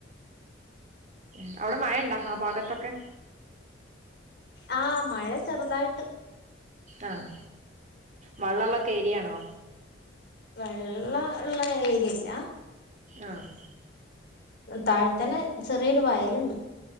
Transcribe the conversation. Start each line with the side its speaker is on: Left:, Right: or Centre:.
Right: ഉം അവിടെ മഴ ഉണ്ടാ ആ ഭാഗത്തൊക്കെ
Left: ആഹ് മഴ ചെറുതായിട്ട്
Right: ആഹ് വള്ളള്ളൊക്കെ ഏരിയാണോ?
Left: വെള്ളം ഉള്ള ഏരിയല്ല
Right: ആഹ്
Left: താഴെത്തന്നെ ചെറിയൊരു വയലുണ്ട്